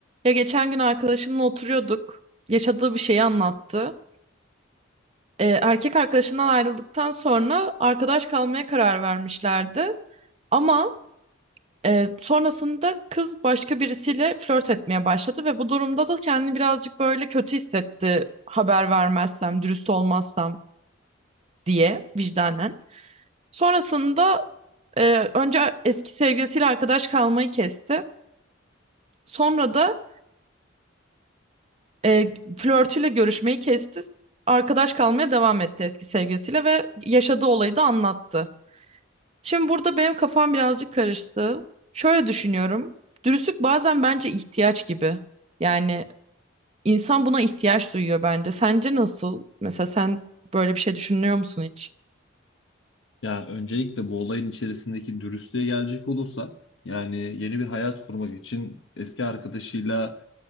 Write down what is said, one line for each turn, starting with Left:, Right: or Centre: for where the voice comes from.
Right: Ya geçen gün arkadaşımla oturuyorduk. Yaşadığı bir şeyi anlattı. Ee, erkek arkadaşından ayrıldıktan sonra arkadaş kalmaya karar vermişlerdi. Ama e, sonrasında kız başka birisiyle flört etmeye başladı ve bu durumda da kendini birazcık böyle kötü hissetti. Haber vermezsem, dürüst olmazsam diye vicdanen. Sonrasında e, önce eski sevgilisiyle arkadaş kalmayı kesti. Sonra da E, flörtüyle görüşmeyi kesti. Arkadaş kalmaya devam etti eski sevgilisiyle ve yaşadığı olayı da anlattı. Şimdi burada benim kafam birazcık karıştı. Şöyle düşünüyorum. Dürüstlük bazen bence ihtiyaç gibi. Yani insan buna ihtiyaç duyuyor bence. Sence nasıl? Mesela sen böyle bir şey düşünüyor musun hiç?
Left: Ya öncelikle bu olayın içerisindeki dürüstlüğe gelecek olursa yani yeni bir hayat kurmak için eski arkadaşıyla